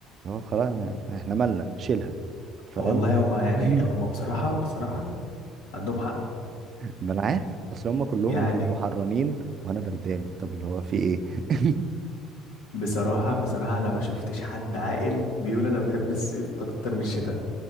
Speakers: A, on the right (about 50°); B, on the left (about 75°).
A: هو خلاص احنا مالنا شيلها فاهم
B: والله هما يعني
A: <laughs>
B: هما بصراحة بصراحة عندهم حق
A: ما انا عارف اصل هما كلهم
B: يعني
A: بيبقوا حرانين وانا بردان طب اللي هو في ايه <laughs>
B: بصراحة بصراحة أنا ما شفتش حد عاقل بيقول أنا بحب الصيف أكتر من الشتاء